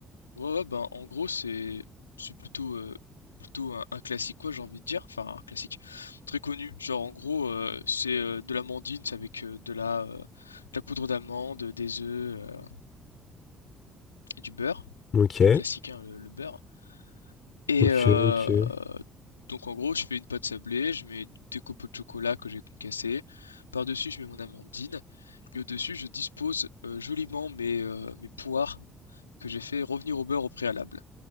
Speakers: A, on the left; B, on the left.
A: Ouais, ouais, ben, en gros, c'est c'est plutôt euh, plutôt un, un classique quoi, j'ai envie de dire, enfin un classique très connu. Genre en gros, euh, c'est euh, de l'amandine, c'est avec euh, de la euh, de la poudre d'amande, des œufs euh, et du beurre.
B: Ok,
A: Grand classique hein, le, le beurre. Et
B: ok,
A: euh,
B: ok.
A: donc en gros, je fais une pâte sablée, je mets des copeaux de chocolat que j'ai concassés. Par-dessus, je mets mon amandine et au-dessus, je dispose euh, joliment mes euh, mes poires que j'ai fait revenir au beurre au préalable.